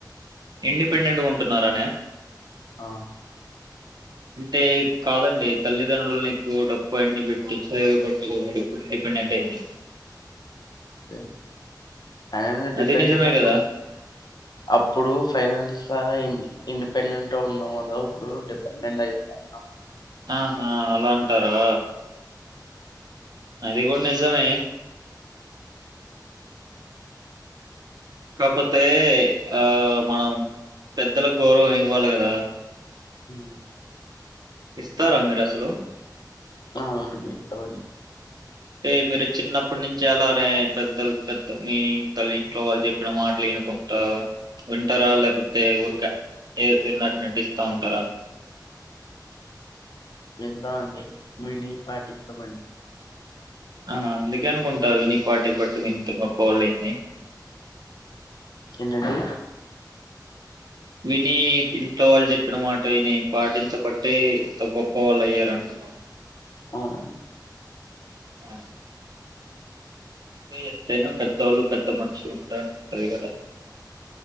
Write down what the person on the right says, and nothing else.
ఇండిపెండెంట్గా ఉంటున్నారాన
అంటే కాదండి తల్లిదండ్రులను ఎక్కువ డబ్బు అన్ని పెట్టిచె ఇప్పుడు ఇండిపెండెంట్ అంటే
అది నిజమే
కదా
ఆహా అలా అంటారా అదిే కూడా నిజమే కాపోతే ఆ మనం పెద్దలకు గౌరవం ఇవ్వాలి కదా
ఇస్తారా మీరసలు
అే మీరు చిన్నప్పటి నుంచి అలానే పెద్దలు పెద్ద మీ తల్ ఇంట్లో వాళ్ళు చెప్పిన మాటలు ఇన్ అనకుంట వింటరా లేకపోతే ఊర్కా ఏ విన్నట్ నటిస్తా ఉంటారా
ఆ అందుకే అనుకుంటావి నీ పార్టీ బట్టి ఇంత గొప్ప వాళ్ళు అయింది
విని ఇంట్లో వాళ్ళు చెప్పినమాట విని పాటించబట్టే ఇంత గొప్ప వాళ్ళు అయ్యారంటున్నా <inaudible>
ఆ అే ఎంతైనా పెద్దవాళ్ళు పెద్ద మనుషులు ఉంట ఉంటది కదా